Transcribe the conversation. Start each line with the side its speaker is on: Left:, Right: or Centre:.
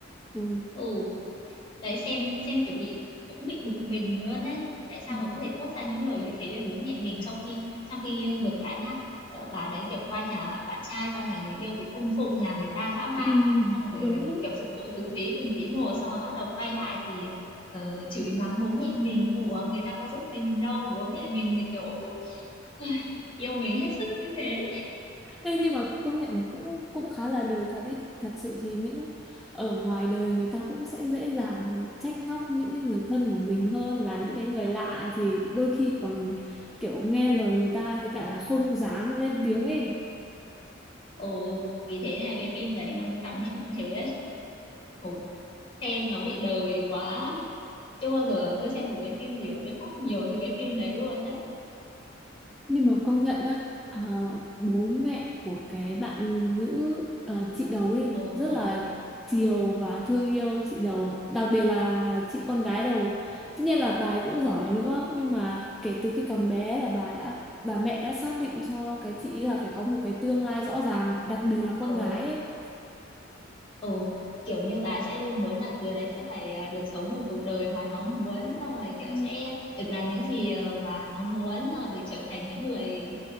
Centre: ừ,
Left: ừ đấy xem xem kiểu bị cũng bị bực mình luôn á tại sao
Centre: ừ,
Left: mà có thể thốt ra những lời như thế với bố mẹ mình sau khi trong khi ờ, ngược lại nhá ờ, bà đấy kiểu qua nhà bạn trai qua nhà người yêu thì cung phụng nhà người ta dã man
Centre: ừ,
Left: xong rồi
Centre: đúng
Left: ờ, kiểu phục vụ từng tí từng tí một xong rồi bắt đầu quay lại thì ờ, chửi mắng bố mẹ mình ủa người ta có giúp gì mình đâu bố mẹ mình thì kiểu <sighs> yêu mình hết sức như thế
Centre: Thế nhưng mà công nhận nó cũng cũng khá là đời thật ý. Thật sự thì những ở ngoài đời người ta cũng sẽ dễ dàng trách móc những cái người thân của mình hơn là những cái người lạ thì đôi khi còn kiểu nghe lời người ta với cả là không dám lên
Left: ừ.
Centre: tiếng ấy.
Left: Ồ, vì thế là cái phim đấy nó mới cảm động <laughs> thế đấy. xem nó bị đời quá chưa bao giờ là tôi xem một cái phim gì mà tôi khóc nhiều như cái phim đấy luôn ấy
Centre: nhưng mà công nhận nhá ờ, bố mẹ của cái bạn nữ ờ, chị đầu ấy
Left: ồ
Centre: rất
Left: ồ
Centre: là chiều và thương yêu chị đầu đặc biệt là chị con gái đầu tất nhiên là bà ấy cũng
Left: ồ
Centre: giỏi nữa nhưng mà kể từ khi còn bé là bà đã bà mẹ đã xác định cho cái chị là phải có một cái tương lai rõ ràng đặc biệt là con
Left: ồ
Centre: gái ấy.
Left: ừ kiểu như bà sẽ luôn muốn là đứa đấy sẽ phải ờ, được sống một cuộc đời mà nó muốn xong rồi kiểu
Centre: Ừ.
Left: sẽ được làm những gì ờ, mà nó muốn xong rồi được trở thành những người